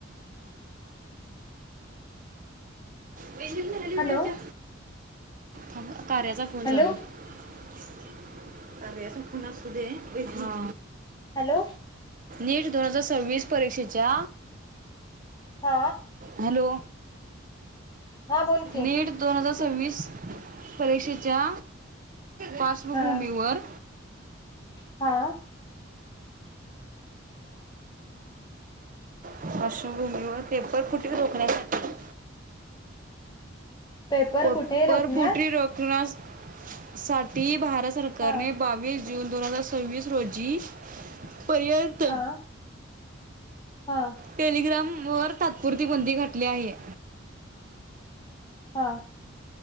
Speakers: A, on the right; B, on the left.
A: वेजिंग झाली
B: हॅलो.
A: पाहिजे थांब, कार्याचा फोन
B: हॅलो
A: चालू आहे, हा
B: हॅलो
A: एक दोन हजार सव्वीस परीक्षेच्या
B: हा
A: हॅलो
B: हा बोल की
A: नीट दोन हजार सव्वीस परीक्षेच्या पार्श्वभूमीवर
B: हा हा
A: पार्वभूमीवर पेपर कुठे रोखण्यासाठी
B: पेपर
A: पेपरफुटी
B: कुठे रोखण्यास
A: रोखण्यास साठी भारत सरकारने
B: हा
A: बावीस जून दोन हजार सव्वीस रोजी पर्यंत
B: हा हा
A: टेलिग्राम वर तात्पुरती बंदी घातली आहे
B: हा